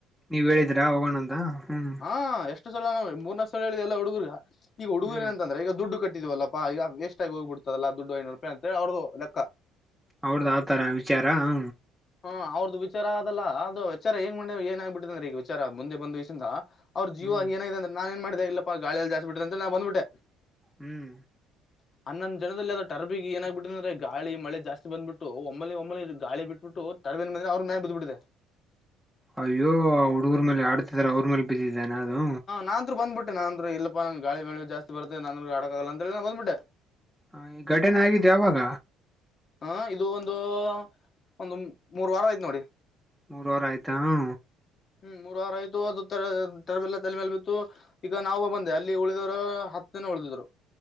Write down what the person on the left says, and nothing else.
ಹಾ ಎಷ್ಟು ಸಲ ಮೂರ್ನಾಕ್ ಸಲ ಹೇಳಿದೆ ಎಲ್ಲ ಹುಡುಗರು ಈಗ ಹುಡುಗುರಏನಂತ.
ಅಂದ್ರೆ ಈಗ ದುಡ್ ಕಟ್ಟಿವಾಲಾಪ ಈಗ ವಸ್ಟ್ ಆಗ ಹೋಗಿಬಡ್ತದಲ್ಲ ದುಡ್ಡು ಐನೂರು ರೂಪಾಯ ಅಂತಳಿ ಅವ್ರದು ಲೆಕ್ಕ.
ಹಾ ಅವ್ರದ್ದು ವಿಚಾರ ಅಲ್ಲ ಅದ ವಿಚಾರ ಹೆಂಗ ಮಾಡ ಏನಾಗ್ಬಿಟ್ಟಿದೆ ಅಂದ್ರ ಈಗ ವಿಚಾರ ಮುಂದೆ ಬಂದವಿಷಿಂದ. ಅವ್ರ ಜೀವ
ಏನಾಗಿದೆ ಅಂದ್ರೆ ನಾನ ಏನ್ ಮಾಡಿದೆ ಇಲ್ಲಪ್ಪ ಗಾಳಿಯಲ್ಲಿ ಜಾಸ್ತಿ ಬಿಟ್ಟಿದೆ ಅಂತ ನಾನ್ ಬಂದಬಿಟ್ಟೆ.
ಹ ಅನ್ನೊಂದ ಜದಲ್ಲಿ ಅ್ರ ಟರ್ ಏನಾಗಬಟ್ಟು ಅಂದ್ರೆ ಗಳೆ ಜಾಸ್ತಿ ಬ್ಬಿಟ್ಟು ಒಮ್ಮನ ಒನಲಿ ಗಳಿ ಬಿಟ್ಟು ಬಿಟ್ಟ ತವೇನ್ ಮ ಅವನಿ ಬ್ಬಿಟ್ಟಿದೆ
ನಾಂಬ್ಬಿಟ್ಟ ನನ್ ಇಲ್ ನನ್ ಗಳಿಳೆ ಜಸ್ ಬರ್ತೆ ನ ಅಂದ ಆಡಕಾಗಲ್ಲ ಅ ಹೇಳನ ಬಂದ್ಬಟ್ಟೆ <unintelligible>
ಹ ಇದು ಒಂದು ಒಂದು ಮೂರ್ ವಾರ ಆಯ್ತು ನೋಡಿ
ಹ್ಮ್ ಮೂರ್ ವಾರ ಆಯ್ತು ಅದು ತರಬಲ್ಲ ತಲೆ ಮೇಲೆ ಬಿತ್ತು ಈಗ ನಾವು ಬಂದೆ ಅಲ್ಲಿ ಉಳಿದವರು ಹತ್ತ ದಿನ ಉಳಿದಿದ್ರು